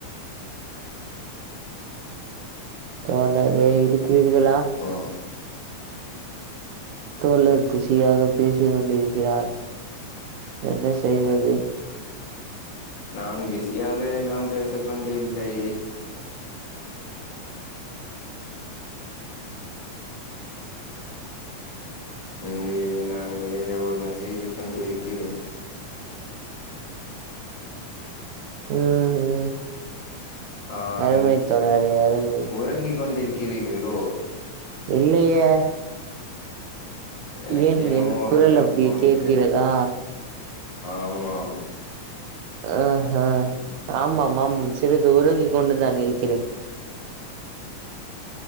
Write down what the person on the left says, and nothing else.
ஆம்
நான் பிஸியாக எல்லாம் பேசி கொண்டு இல்லை இங்கே நான் வேற ஒன்னு செய்து கொண்டிருக்கிறேன்
ஆன்
உறங்கி கொண்டிருக்கிறீர்களோ
எனக்கு
என்னமோ
அப்படிதான்
தோனிகிறது
ஆமாம்